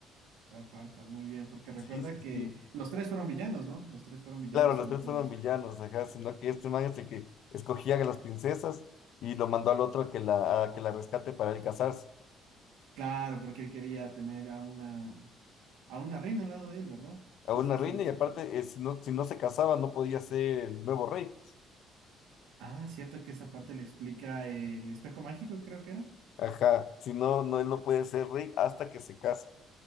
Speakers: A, on the right (about 75°); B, on the left (about 70°).
A: Lord Farquaad, muy bien, porque recuerda
B: Sí, sí,
A: que
B: sí.
A: los tres fueron villanos, ¿no? Los tres fueron villanos
B: Claro, los
A: entonces.
B: tres fueron villanos, ajá, sino que este man es el que escogía a las princesas y lo mandó al otro a que la, a que la rescate para él casarse,
A: Claro, porque él quería tener a una, a una reina al lado de él, ¿verdad? Sí,
B: a una
A: sí,
B: reina,
A: sí, sí.
B: y aparte, eh, si no, si no se casaba, no podía ser el nuevo rey, pues.
A: Ah, cierto que esa parte le explica el espejo mágico, creo que era.
B: Ajá, si no, no, él no puede ser rey hasta que se case.